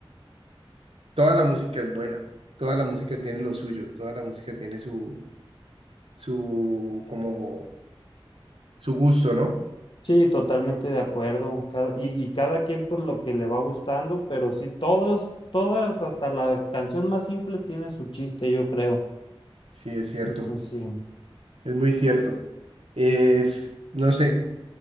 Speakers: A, on the right; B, on the left.
A: toda la música es buena. Toda la música tiene lo suyo. Toda la música tiene su, su, como, su gusto, ¿no?
B: sí, totalmente de acuerdo. Cada- y, y cada quien pues lo que le va gustando, pero sí, todos, todas, hasta la canción más simple tiene su chiste, yo creo.
A: Sí, es cierto.
B: Entonces,
A: Es muy cierto. Es, no sé,